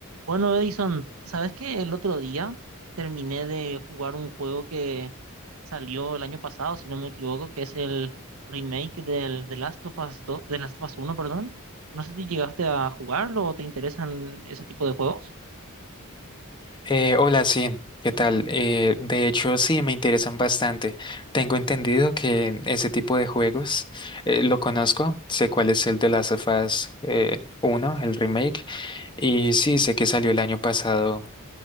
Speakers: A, on the right; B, on the left.
A: Bueno, Edison, ¿sabes qué? El otro día terminé de jugar un juego que salió el año pasado, si no me equivoco, que es el remake del The Last of Us dos de Last of Us uno perdón. No sé si llegaste a jugarlo o te interesan ese tipo de juegos.
B: Eh, hola, sí, ¿qué tal? Eh, de hecho, sí, me interesan bastante. Tengo entendido que ese tipo de juegos eh, lo conozco, sé cuál es el de Last of Us eh, 1, el remake, y sí, sé que salió el año pasado